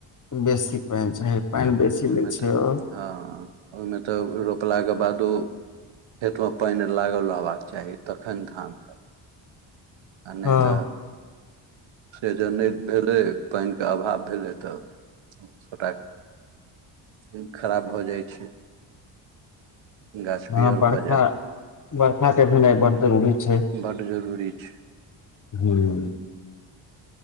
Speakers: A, on the left (about 40°); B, on the right (about 65°).
A: बेसी पानि चाही पाइन बेसी
B: ओहिमे
A: लै छै
B: तऽ
A: ओ
B: हँ ओहिमे तऽ रोपला कऽ बादो खेत मऽ पानि लागल रहबाक चाही तखन धान आ नहि
A: हँ
B: तऽ से जो नय भेलै पाइन केँ अभाव भेलै तऽ सभटा फेन खराब भऽ जाइ छै गाछ पीयर
A: हँ बरखा
B: भऽ जायत
A: बरखा के भेनाय बहुत जरूरी छै
B: बड्ड जरूरी छै
A: हूँ